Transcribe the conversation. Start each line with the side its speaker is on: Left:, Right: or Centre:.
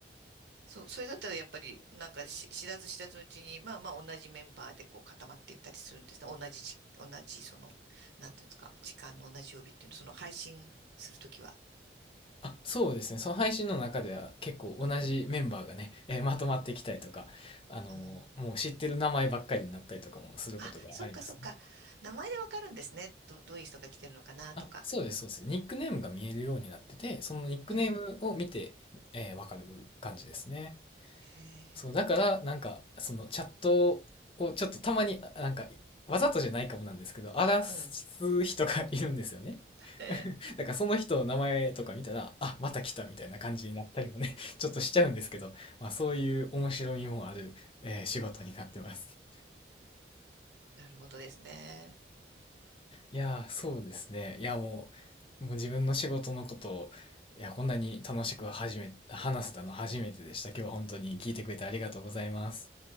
Right: そう、それだったらやっぱり、なんかし知らず知らずのうちに、まあまあ同じメンバーでこう固まっていったりするんですね。同じじ、同じその、なんていうんですか、時間の同じ曜日っていうの、その配信するときは。
Left: あ、そうですね。その配信の中では結構同じメンバーがね、
Right: うん、
Left: えーまとまってきたりとか、
Right: うん、
Left: あのーもう知ってる名前ばっかりになったりとかもすることがありますね。
Right: うん。あ、そっかそっか。名前でわかるんですね。ど、どういう人が来てるのかなとか。
Left: あ、そうです、そうです。ニックネームが見えるようになってて、そのニックネームを見て、
Right: うん。
Left: えーわかる感じですね。
Right: へえ、
Left: そう、だから、なんか、そのチャットをちょっとたまに、なんか、わざとじゃないかもなんですけど、荒らす人がいるんですよね。
Right: うん。へえ、
Left: <laughs> だからその人の名前とか見たら、あ、また来たみたいな感じになったりもね、<laughs> ちょっとしちゃうんですけど、まあそういう面白みもある、えー仕事になってます。
Right: なるほどですね。
Left: いやー、そうですね。いや、もう、もう自分の仕事のことを、いや、こんなに楽しくはじめ、話せたの初めてでした。今日は本当に聞いてくれてありがとうございます。